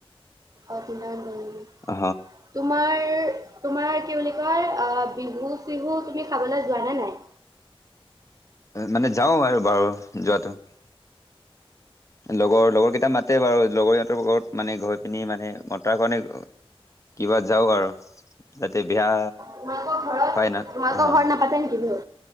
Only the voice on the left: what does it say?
অ'।
মানে যাও আৰু বাৰু যোৱাটো লগৰ লগৰ কেইটা মাতে বাৰু লগৰ ইহঁতৰ ঘৰত মানে গৈ পিনি মানে ম তাৰ কাৰণে কিবা যাওঁ আৰু তাতে বেয়া
ফাইনেল
অ